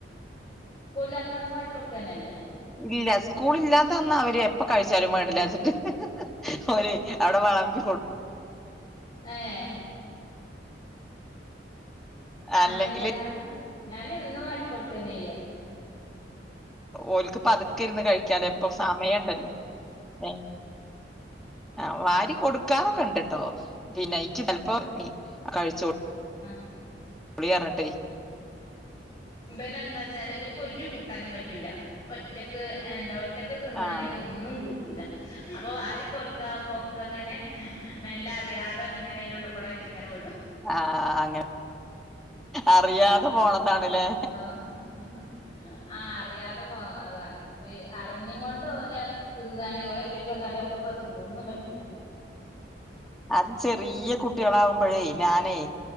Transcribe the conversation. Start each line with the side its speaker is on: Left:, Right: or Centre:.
Left: സ്കൂളില്ലാത്തന്നൊക്കെ വാരികൊടുക്ക തന്നെയല്ലേ
Centre: ഇല്ല സ്കൂളില്ലാത്ത അന്ന് അവര് എപ്പ കഴിച്ചാലും വേണ്ടില്ലാച്ചിട്ട് അവര് അവിടെ വിളമ്പി കൊടു
Left: ഏഹ്... ! ആ
Centre: അല്ലെങ്കില്
Left: അങ്ങനെയ്യെലാ ഞാൻ എന്നും വാരികൊടുക്കന്നെ ചെയ്യാ
Centre: ഓൽക്ക് പതുക്കെ ഇരുന്ന്- കഴിക്കാലോ ഇപ്പം സമയം ഉണ്ടല്ലോ. ഏ ആ വാരി കൊടുക്കാറൊക്കെ ഉണ്ട്ട്ടോ പിന്നെ ജ്ജ് ചിലപ്പോ കഴിച്ചോ
Left: ആ
Centre: പുളിയാ റിനിട്ടേ.
Left: ഇബല് എന്താ വച്ചാല്, ഇബല്ക്ക് ഒരു കൂട്ടാനും പറ്റൂല ഒറ്റക്ക് എന്താ.. ! ഒറ്റക്ക് തിന്നാണെങ്കിൽ
Centre: ആഹ്
Left: ഒന്നും കൂ- കിട്ടൂല അപ്പൊവാരി കൊടുക്കാമ്പോക്കങ്ങനെ മെല്ലെ അറിയാതെ ഇങ്ങനെ അതിന്റെള്ളികൂടെ ജ് എങ്ങനെ വിടോ
Centre: ആഹാ അങ്ങനെ അറിയാതെ പോണതാണ്ല്ലേ.
Left: ആഹാ അറിയാതെ പോന്നതാണ്. അറിഞ്ഞും കൊണ്ട് ഓല്- തിന്നാണെങ്കി ഓല് ഒറ്റക്ക് വന്നാണെ ഒക്കെ പെറുക്കി ഇടും ഒന്നും പറ്റൂല്ല
Centre: അത് ചെറിയ കുട്ടികളാവുമ്പഴേ ഞാനേ